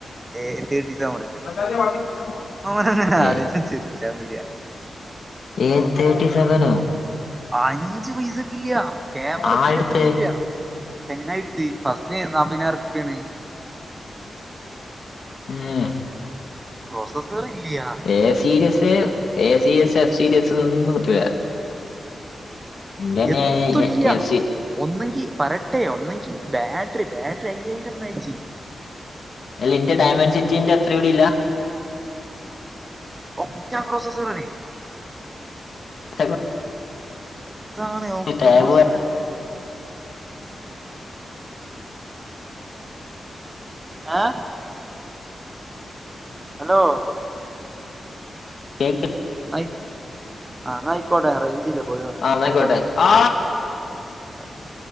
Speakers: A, on the right; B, on the left.
A: ഏ തേിസടുത്ത
B: <unintelligible>
A: <unintelligible>
B: എ
A: ആലോയിച്ച് ചിരിച്ചാ വരാ
B: ഏ തേർട്ടി സെവനോ
A: അഞ്ച് പൈസക്കി ഇല്ല ക്യാമറതി
B: ആരെടുത്ത്
A: ന്റെ അത്രി ഇല്ല ചെങ്ങായിട്ത്തി ഫസ്റ്റ് ന്നാപ്പിനായിരം റുപ്പിയാണ്
B: ഉം
A: പ്രൊസസറി ഇല്ല്യ
B: A series A C S F series ഇതൊന്നും പറ്റൂല ഇന്റന്നെ
A: എത്തുല്ല്യ
B: എഫ് സി
A: ഒന്നെങ്കി പറട്ടെ ഒന്നെങ്കി ബാട്ടറി ബാട്ടറി അയ്യായിരം മാച്ചി
B: എല്ല ഇന്റെ ഡയമന്ഡ സിറ്റിന്റെ അത്ര കൂടി ഇല്ല
A: ഒറ്റ പ്രോസസറണി
B: <unintelligible>
A: താണ് ഒറ്റോ
B: ടാബ്
A: പ്രസസനത്തിരകെയ് ആഹ് ഹലോ
B: കേക്ക്
A: നയി ആ നയിക്കോട്ടെ റേയ് ഞ്ചല്ലേ പോയി വന്നല്ലെ
B: ആന്നായിക്കോട്ടെ
A: നയിക്കോട്ടെ
B: ആ
A: <unintelligible>